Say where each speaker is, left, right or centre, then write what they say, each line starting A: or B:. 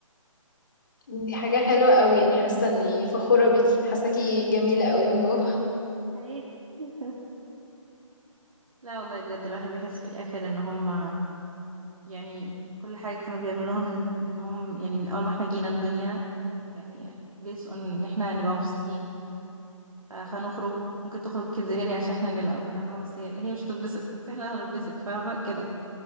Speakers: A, on the left; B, on the right.
A: دي حاجة حلوة قوي يعني حاسة اني فخورة بيكي حاساكي جميلة قوي من جوه
B: حياتي <laughs> لا والله بجد الواحد بيحس في الاخر ان هم يعني كل حاجه كانوا بيعملوها من من هم يعني من اول ما احنا جينا الدنيا يعني based on ان احنا هنبقى مبسوطين آه، هنخرج ممكن تخرج كيدز اريا عشان احنا نلعب فاهمة بس هي هي مش هتتبسط بس احنا هنتبسط فاهمة كده